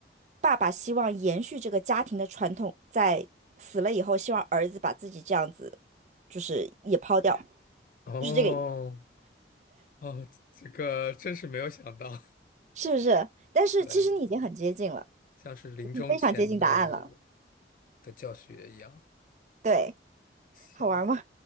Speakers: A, on the right; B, on the left.
A: 爸爸希望延续这个家庭的传统，在死了以后，希望儿子把自己这样子，就是也抛掉，
B: 哦
A: 就是这个意思，
B: 哦，这个真是没有想到，
A: 是不是？但是其实你已经很接近了，
B: <laughs> 对，像是临终前的
A: 已经非常接近答案了。
B: 的教学一样，
A: 对，
B: 行。
A: 好玩吗？